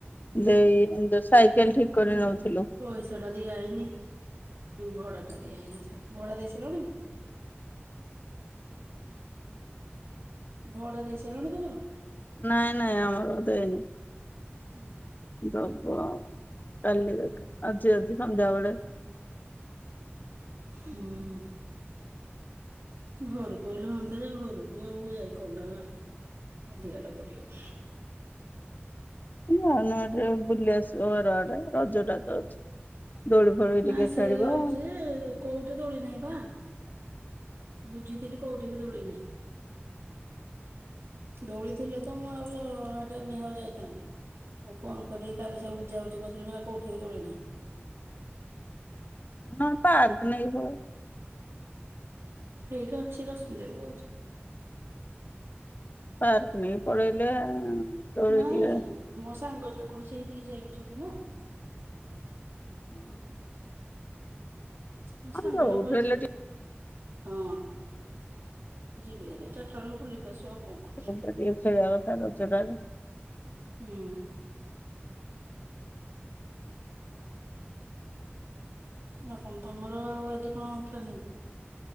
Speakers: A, on the left (about 45°); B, on the right (about 70°).
A: ଦେଇ। <unintelligible> ସାଇକେଲ୍ ଠିକ୍ କରି
B: ଓହୋ
A: ନଉଥିଲୁ।
B: ପଇସା ଟା ଦିଆହେଇନି। ଭଡା ଟା ଦିଆ ହେଇନଥିବ। ଭଡା ଦେଇ ସାରିଲଣି କି? ଭଡ଼ା ଦେଇ ସାରିଲଣି ତମର?
A: ନାଇଁ ନାଇଁ ଆମର ଦେଇନୁ।
B: ହୁଁ।
A: ଦବ କାଲିର ଆଜିର ବି ସନ୍ଧ୍ୟାବେଳେ।
B: ହୁଁ। ଘରକୁ ହେଲେ ହୁଅନ୍ତା ଯେ ଘରକୁ ଆଉ ଯାଇ କଣଟା ଅଧିକା ଟା କରିବ।
A: ଯାଉନ ଏଟେ ବୁଲି ଆସିବ ଘର ଆଡେ ରଜ ଟା ତ ଅଛି। ଦୋଳି ଫୋଳି
B: ନାଇଁ
A: ଟିକେ
B: ସେ
A: ଖେଳିବ
B: ହଉଛି କୋଉଠି ଦୋଳି ନାହିଁ ପା। ବୁଝିଥିଲି କୋଉଠି ବି ଦୋଳି ନାହିଁ। ଦୋଳି ଥିଲେ ତ ମୁଁ ଆଉଟେ ନିହା ଯାଇଥାନ୍ତି। ମୁଁ ଫୋନ କରିକି କାଲି ସବୁ ବୁଝା ବୁଝି କରିଥିଲି ସେ କଉଠି ବି ଦୋଳି ନାହିଁ।
A: ନ ପାର୍କ ନେଇକି ପଳେଇବ।
B: ହେଇଠି ଅଛି ରଶ୍ମିତାକୁ କହିଛି।
A: ପାର୍କ ନେଇକି ପଳେଇଲେ। ଦୋଳି
B: ନାଇଁ
A: ଟିକେ
B: ମୋ ସାଙ୍ଗ ଯୋଉ କହିଛି ସେଇଠିକି ଯେ ଯିବି ନା।
A: ହଁ।
B: ମୋ ସାଙ୍ଗ
A: ଯୋଉଠି
B: ଯୋଉ କହିଛି।
A: ହେଲେ
B: ହଁ ଯିବି ଆରି ଚାରିଟା ବେଳକୁ ବୁଲିକି ଆ ସିଏ କଣ କରିବ।
A: ରବିବାର ଟିକେ ଖେଳିବା କଥା ରବିବାର ଟା ଆଜି।
B: ହୁଁ। ଆଉ କଣ ତମର ଆଉ ଆଜି କଣ ଖେନିବ।